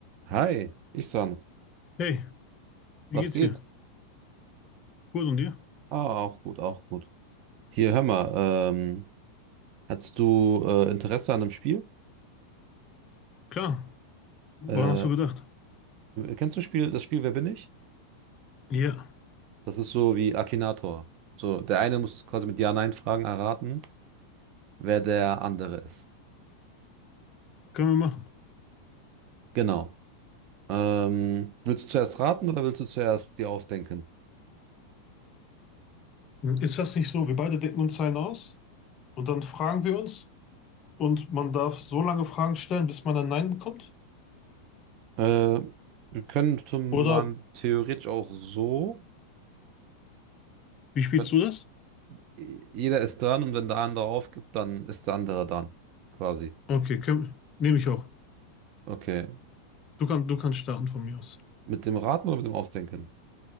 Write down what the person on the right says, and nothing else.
Hi, Ihsan,
was
geht?
Ah, auch gut, auch gut. Hier, hör mal, ähm, hast du äh, Interesse an einem Spiel?
Äh,
kennst du Spiel, das Spiel Wer bin ich?
Das ist so wie Akinator. So, der eine muss quasi mit Ja-Nein-Fragen erraten, wer der andere ist.
Genau. Ähm, willst du zuerst raten oder willst du zuerst dir ausdenken?
Äh, könnte man
theoretisch auch so.
äh,
Jeder ist dran und wenn der andere aufgibt, dann ist der andere dran, quasi.
Okay.
Mit dem Raten oder mit dem Ausdenken?